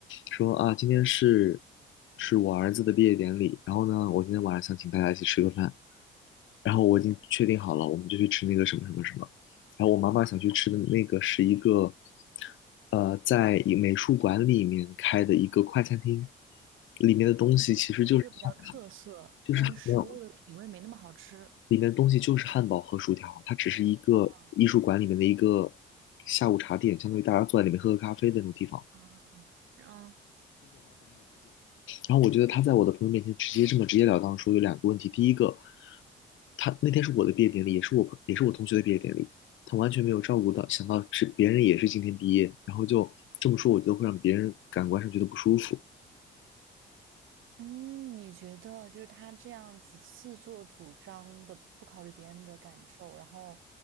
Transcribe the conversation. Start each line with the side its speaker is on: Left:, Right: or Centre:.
Left: 说啊，今天是是我儿子的毕业典礼，然后呢，我今天晚上想请大家一起吃个饭，然后我已经确定好了，我们就去吃那个什么什么什么，然后我妈妈想去吃的那个是一个，呃，在一美术馆里面开的一个快餐厅，里面的东西其实就是汉，
Right: 就是比较特色，
Left: 就是没有，
Right: 但是食物的品味没那么好吃。
Left: 里面的东西就是汉堡和薯条，它只是一个艺术馆里面的一个
Right: 哦，
Left: 下午茶店，相当于大家坐在里面喝喝咖啡的那种地方。
Right: 啊，啊，
Left: 然后我觉得他在我的朋友面前直接这么直截了当地说有两个问题，第一个，他那天是我的毕业典礼，也是我朋也是我同学的毕业典礼，他完全没有照顾到，想到是别人也是今天毕业，然后就这么说，我觉得会让别人感官上觉得不舒服。
Right: 嗯，你觉得就是他这样子自作主张的，不考虑别人的感受，然后